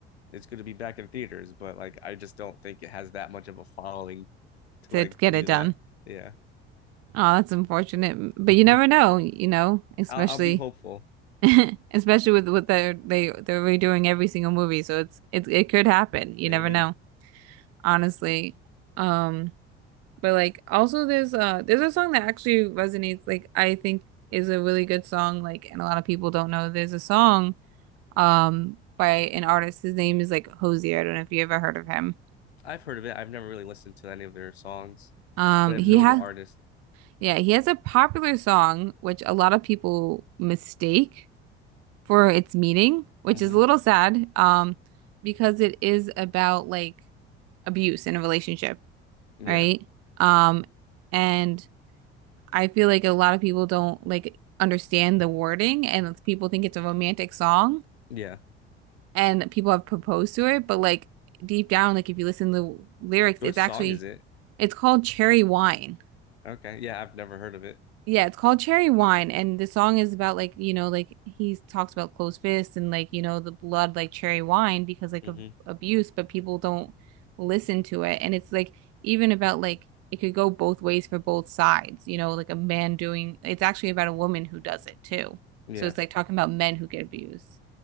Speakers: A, on the left (about 75°); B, on the right (about 50°).
A: it's gonna be back in theaters. But like I just don't think it has that much of a following to
B: to
A: like
B: get
A: do
B: it done.
A: that. Yeah.
B: Oh, that's unfortunate. But
A: <laughs>
B: you never
A: I'll,
B: know, you know, especially
A: I'll be hopeful.
B: <laughs> especially with what they're they they're redoing every single movie. So it's it it could happen. You
A: Maybe.
B: never know, honestly. Um, but like also there's uh there's a song that actually resonates, like I think is a really good song, like and a lot of people don't know there's a song um by an artist. His name is like Hosier. I don't know if you ever heard of him.
A: I've heard of it. I've never really listened to any of their songs,
B: Um
A: but I
B: he
A: know
B: has
A: the artist.
B: yeah, he has a popular song which a lot of people mistake for its meaning, which
A: hmm
B: is a little sad um because it is about like abuse in a relationship,
A: Yeah.
B: right? Um and I feel like a lot of people don't like understand the wording and people think it's a romantic song
A: Yeah.
B: and people have proposed to it, but like deep down, like if you listen to the lyrics,
A: What
B: it's
A: song
B: actually
A: is it?
B: it's called Cherry Wine.
A: Okay. Yeah, I've never heard of it.
B: Yeah, it's called Cherry Wine, and the song is about like you know like he talks about closed fists and like you know the blood like cherry wine because like
A: hmm
B: of abuse, but people don't listen to it, and it's like even about like it could go both ways for both sides, you know, like a man doing it's actually about a woman who does it too.
A: Yeah.
B: So it's like talking about men who get abused